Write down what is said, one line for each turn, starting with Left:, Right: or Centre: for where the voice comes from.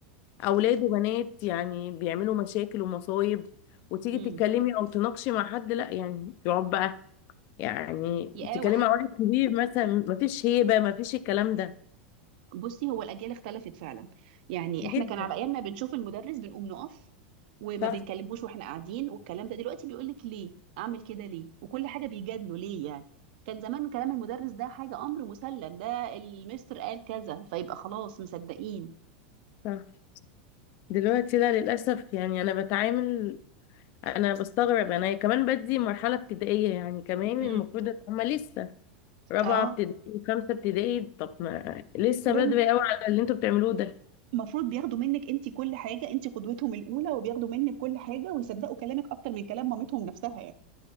Left: اولاد وبنات يعني بيعملوا مشاكل ومصايب وتيجي
Right: امم
Left: تتكلمي او تناقشي مع حد لا يعني يقعد بقى يعني
Right: يا
Left: بتتكلمي مع واحد كبير مثلا مفيش هيبه مفيش الكلام ده
Right: بصي هو الاجيال اختلفت فعلا يعني
Left: جدا
Right: احنا كان على ايامنا بنشوف المدرس بنقوم نقف وما
Left: صح
Right: بنكلموش واحنا قاعدين والكلام ده دلوقتي بيقول لك ليه اعمل كده ليه وكل حاجه بيجادله ليه يعني كان زمان كلام المدرس ده حاجه امر مسلم ده المستر قال كذا فيبقى خلاص مصدقين
Left: صح دلوقتي لا للاسف يعني انا بتعامل انا بستغرب انا كمان بدي مرحله ابتدائيه يعني كمان
Right: امم
Left: المفروض ان هما لسه رابعه
Right: اه
Left: ابتدائي وخمسه ابتدائي طب ما لسه
Right: دول
Left: بدري قوي على اللي انتوا بتعملوه ده
Right: المفروض بياخدوا منك انت كل حاجه انت قدوتهم الاولى وبياخدوا منك كل حاجه ويصدقوا كلامك اكتر من كلام مامتهم نفسها يعني